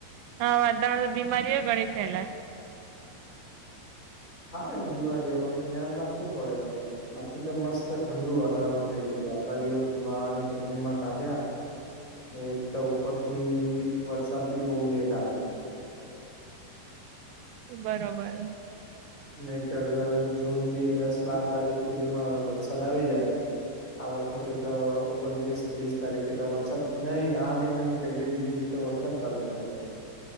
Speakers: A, on the right; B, on the left.
A: હા વાતારણ બીમારીઓ ગણી છે ફેલાય
B: હા એ બીમારીઓ પણ ધ્યાન રાખવું પડે હવે. બાકી તો મસ્ત ઠંડુ વાતારણ થઈ ગયું હતું આટલા દિવસ ઉન્હાળા ની ગરમીમાં કાઢ્યા મે એક તો ઉપરથી વરસાદ બી બઉુ લેટ આવે.
A: બરોબર.
B: નહીતર જૂનની દસ બાર તારીખ સુધી માં વરસાદ આવી જાય આ વખતે તો ઓગણત્રીસ ત્રીસ તારીખે તો વરસાદ નહી આ મહિનાની પેલી બીજી થીતે વરસાદ સાદ ચાલુ થ